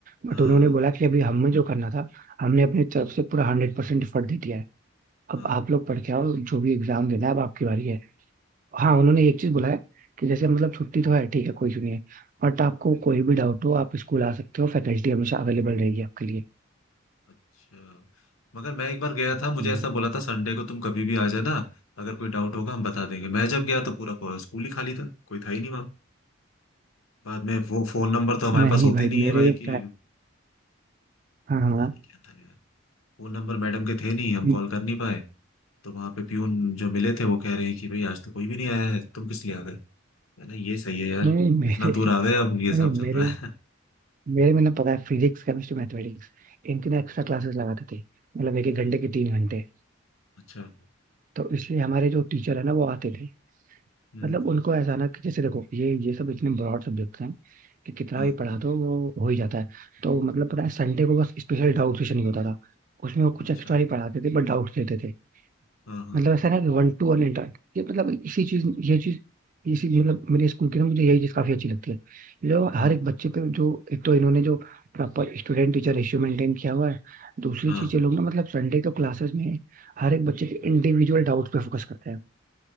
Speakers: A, on the right; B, on the left.
A: बट
B: हाँ
A: उन्होंने बोला कि अभी हमें जो करना था हमने अपनी तरफ से पूरा हंड्रेड परसेंट एफर्ट दे दिया है अब
B: हाँ
A: आप लोग पढ़ के आओ जो भी एग्जाम देना है अब आपकी बारी है हाँ
B: वही
A: उन्होंने एक चीज बोला है कि जैसे मतलब छुट्टी तो है ठीक है कोई इशू नहीं है बट आपको
B: तो।
A: कोई भी डाउट हो आप स्कूल आ सकते हो फैकल्टी हमेशा अवेलेबल रहेगी आपके लिए
B: अच्छा मगर मैं एक बार गया
A: हम्म।
B: था मुझे ऐसा बोला था संडे को तुम कभी भी आ जाना अगर कोई डाउट होगा हम बता देंगे मैं जब गया तो पूरा पूरा स्कूल ही खाली था कोई था ही नहीं वहाँ बाद में वो फोन नंबर तो हमारे
A: नहीं
B: पास होते
A: भाई
B: नहीं
A: मेरे
B: है भाई
A: में पता
B: कि
A: है हाँ
B: पता
A: हाँ हाँ।
B: नहीं क्या था यार फोन नंबर मैडम के थे नहीं हम
A: नहीं
B: कॉल कर नहीं पाए तो वहाँ पे प्यून जो मिले थे वो कह रहे हैं कि भाई आज तो कोई भी नहीं आया है तुम किस लिए आ गए मैंने कहा, ये सही है यार
A: नहीं मेरे
B: इतना दूर आ गए अब ये
A: नहीं
B: सब
A: नहीं, मेरे
B: चल रहा
A: में
B: है <laughs>
A: मेरे में ना पता है फिजिक्स केमिस्ट्री मैथमेटिक्स इनकी ना एक्स्ट्रा क्लासेस लगाते थे मतलब एक एक
B: हम्म,
A: घंटे के तीन घंटे
B: अच्छा
A: तो इसलिए हमारे जो टीचर है ना वो आते थे
B: हम्म
A: मतलब उनको ऐसा ना कि जैसे देखो ये ये सब इतने ब्रॉड सब्जेक्ट्स हैं कि कितना
B: हाँ
A: भी पढ़ा दो वो हो ही जाता है तो मतलब पता है संडे को बस स्पेशल डाउट सेशन ही होता था उसमें वो कुछ
B: अच्छा
A: एक्स्ट्रा नहीं पढ़ाते थे बट डाउट लेते थे
B: हाँ हाँ
A: मतलब ऐसा ना कि वन टू वन इंटर ये मतलब इसी चीज ये चीज इसी मतलब मेरे स्कूल की ना मुझे यही चीज काफी अच्छी लगती है जो
B: हम्म
A: हर एक बच्चे पे जो एक तो इन्होंने जो proper student teacher ratio maintain किया हुआ है दूसरी
B: हाँ
A: चीज ये लोग ना मतलब संडे को क्लासेस में हर एक बच्चे के इंडिविजुअल डाउट पे फोकस करते हैं